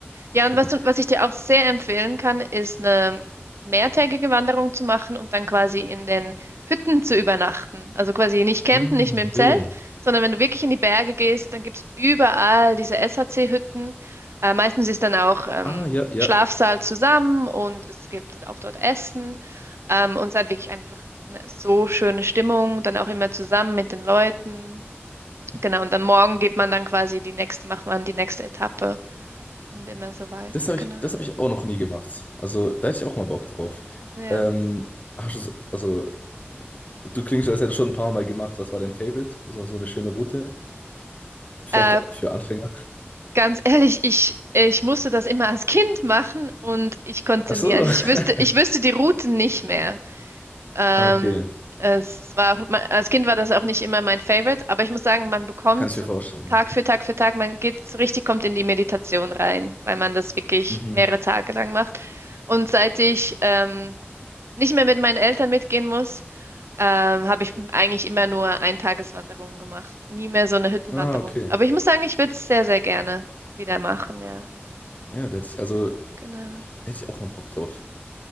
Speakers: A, on the right; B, on the left.
A: Ja, und was,
B: gut,
A: du- was ich dir auch sehr empfehlen kann, ist eine mehrtägige Wanderung zu machen und dann quasi in den Hütten zu übernachten. Also quasi nicht campen,
B: Ah,
A: nicht mit dem
B: jo.
A: Zelt, sondern wenn du wirklich in die Berge gehst, dann gibt's überall diese SHC-Hütten. Äh, meistens ist dann auch ähm,
B: Ah, ja, ja.
A: Schlafsaal zusammen und es gibt auch dort Essen. Ähm, und es hat wirklich einfach eine so schöne Stimmung, dann auch immer zusammen mit den Leuten. Genau, und dann morgen geht man dann quasi die nächste, macht man die nächste Etappe. Und immer so weiter,
B: Das habe
A: genau.
B: ich, das hab ich auch noch nie gemacht. Also, da hätte ich auch mal Bock drauf.
A: Ja.
B: Ähm, hast du, so- also, du klingst, als hättest du schon ein paar Mal gemacht. Was war dein Favorite? So, so eine schöne Route? Vielleicht
A: Äh,
B: für Anfänger.
A: ganz ehrlich, ich, ich musste das immer als Kind machen und ich konnte
B: Ach so.
A: mir, also ich wüsste, ich
B: <laughs>
A: wüsste die Routen nicht mehr. Ähm,
B: Ah, Okay.
A: es war auch, als Kind war das auch nicht immer mein Favorite, aber ich muss sagen, man bekommt
B: Kann ich
A: so
B: mir vorstellen,
A: Tag für Tag für Tag, man geht so richtig, kommt in die Meditation rein, weil man das wirklich
B: ja. Mhm.
A: mehrere Tage lang macht. Und seit ich ähm, nicht mehr mit meinen Eltern mitgehen muss, ähm, habe ich eigentlich immer nur Eintageswanderungen gemacht. Nie mehr so eine Hüttenwanderung.
B: Ah, okay.
A: Aber ich muss sagen, ich würde es sehr, sehr gerne wieder machen, ja.
B: Ja, da hätte ich, also,
A: Genau.
B: da hätte ich auch mal Bock drauf.